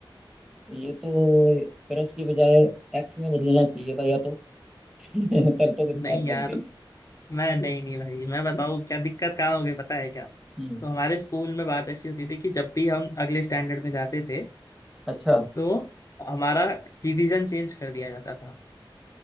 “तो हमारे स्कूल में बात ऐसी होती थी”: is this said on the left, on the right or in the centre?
Left